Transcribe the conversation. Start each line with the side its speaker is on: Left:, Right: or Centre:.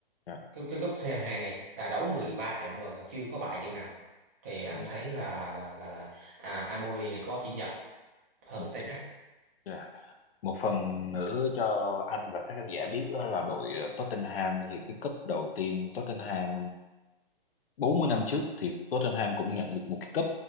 Left: Dạ,
Right: cái, cái cúp C2 này là đấu 13
Left: ừ,
Right: trận rồi mà chưa có bại trận nào thì anh
Left: ừ,
Right: thấy là là là là à, Amori này có triển vọng hơn
Left: ừ,
Right: Ten Hag
Left: dạ. Một phần nữa cho anh và các khán giả biết đó là đội ờ, Tottenham thì cái cúp đầu tiên Tottenham 40 năm trước thì Tottenham cũng nhận được một cái cúp